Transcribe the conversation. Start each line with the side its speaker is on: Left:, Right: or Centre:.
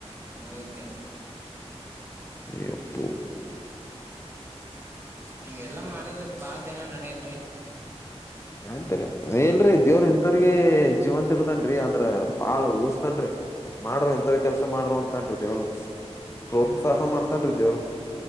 Right: ಹಗತ
Left: ಪ್ಪ
Right: ಹಂಗೆಲ್ಲಾ ಮಾಡದ ಬಾ ದಿನ ನಡಲ್ರಿ
Left: ಹಂತರಿಲ್ರೀ ದೇವ್ರ ಇಂಥವ್ರಗ ಜೀವಂತ ಇಡತನನ್ ಅಂದ್ರ ಬಾಳ್ ಉಳಸ್ತನ್ ಮಾಡ್ರರು ಎಂಥವ ಕೆಲ್ಸ ಮಾಡ್ರೋ ಅಂತ ದ ಅವ್ರ ಪ್ರೋತ್ಸಾಹ
Right: ಹ್ಮ್
Left: ಮಾಡ್ತನ್್ರ ದೇವರು